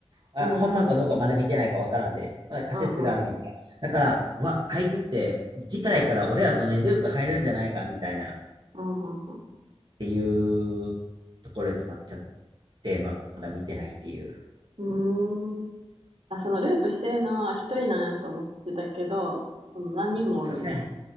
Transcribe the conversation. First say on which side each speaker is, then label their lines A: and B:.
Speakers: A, on the right (about 45°); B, on the right (about 70°).
A: あ、
B: ん、
A: 本番かどうかまだ見てないかわからんで、
B: うん、
A: まあ、仮説があんねん。
B: うん、
A: だから、うわ、あいつって次回から俺らとね、ループ入るんじゃないかみたいなっ
B: うん、うん。
A: ていうところで止まっちゃって、まあまだ見てないっていう。
B: うんうーん。あ、そのループしてるのは一人なんやと思ってたけど、その何人もおるんや。
A: そうですね。